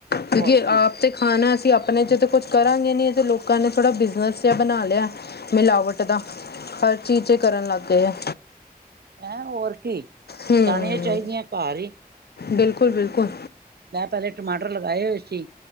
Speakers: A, on the left; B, on the right.
A: ਕਿਉਂਕਿ
B: ਹੋਰ ਕੀ
A: ਆਪ ਤੇ ਖਾਣਾ, ਅਸੀਂ ਆਪਣੇ 'ਚ ਤਾਂ ਕੁਛ ਕਰਾਂਗੇ ਨੀ ਤੇ ਲੋਕਾਂ ਨੇ ਥੋੜ੍ਹਾ ਬਿਜ਼ਨਸ ਜਿਹਾ ਬਣਾ ਲਿਆ ਮਿਲਾਵਟ ਦਾ, ਹਰ ਚੀਜ਼ ਚ ਕਰਨ ਲੱਗ ਗਏ ਆ।
B: ਹੈਂ, ਹੋਰ ਕੀ
A: ਹੂੰ
B: ਲਾਣੀਆਂ ਚਾਹੀਦੀਆਂ ਘਰ ਹੀ
A: ਬਿਲਕੁਲ -ਬਿਲਕੁਲ!
B: ਮੈਂ ਪਹਿਲੇ ਟਮਾਟਰ ਲਗਾਏ ਹੋਏ ਸੀ,